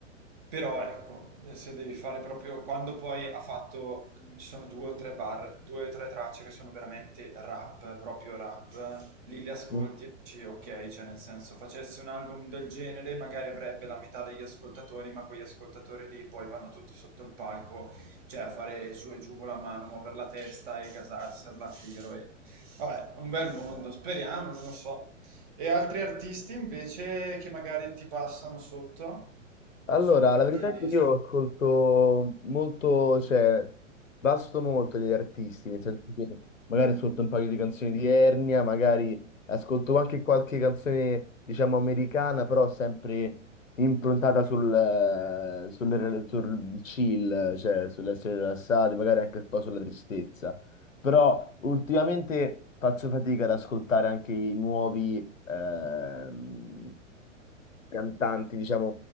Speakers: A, on the right (about 40°); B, on the left (about 80°).
A: Però ecco, se devi fare proprio quando poi ha fatto, ci sono due o tre bar, due o tre tracce che sono veramente rap, proprio rap, lì le ascolti
B: Mhm.
A: dici, ok, cioè nel senso facesse un album del genere, magari avrebbe la metà degli ascoltatori, ma quegli ascoltatori lì poi vanno tutti sotto il palco, cioè a fare su e giù con la mano, muovere la testa e gasarsela a tiro. E... Vabbè, un bel mondo, speriamo, non lo so. E altri artisti invece che magari ti passano sotto,
B: Allora,
A: sotto in
B: la verità
A: playlist?
B: è che io ascolto molto, cioè, vasto molto degli artisti, nel senso che magari ascolto un paio di canzoni di Ernia, magari ascolto anche qualche canzone, diciamo, americana, però sempre improntata sul, eh, sul, sul chill, cioè sull'essere rilassati, magari anche un po' sulla tristezza. Però ultimamente faccio fatica ad ascoltare anche i nuovi... ehm, cantanti, diciamo,